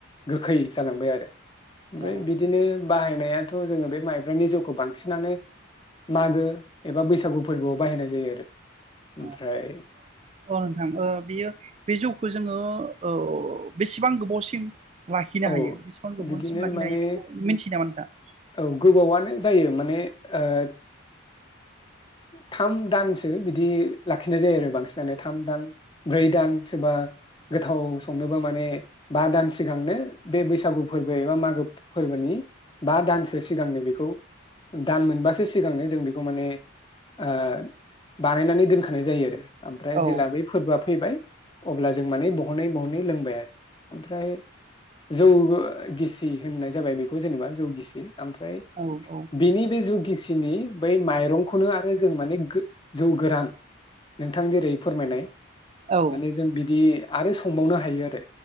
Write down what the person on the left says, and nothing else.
गोखै जालांबाय आरो ओमफ्राय
बिदिनो बाहायनायाथ' जो बे माइ नि जौखौ बांसिनानो मागो एबा बैसागु फोरबोआव बाहायनाय जायो आरो ओमफ्राय
औ
बिदिनो
माने
औ गोबावानो जायो माने ओ थाम दानसो बिदि लाखिनाय जायो आरो बांसिनानो थाम दान ब्रै दान सोरबा गोथाव संनोबो माने बा दान सिगांनो बे बैसागु फोरबो एबा मागो फोरबोनि बा दानसो सिगांनो बेखौ दान मोनबासो सिगांनो जों बेखौ माने ओ बानायनानै दोनखानाय जायो आरो ओमफ्राय
जेला बै फोरबोआ फैबाय अब्ला जों माने बहनै बहनै लोंबाय आरो ओमफ्राय जौ गिसि होननाय जाबाय बेखौ जेनेबा जौ गिसि ओमफ्राय
बिनि बे जौ गिसिनि बै माइरंखौनो आरो जों माने जौ गोरान नोंथां जेरै फोरमायनाय
माने जों बिदि आरो संबावनो हायो आरो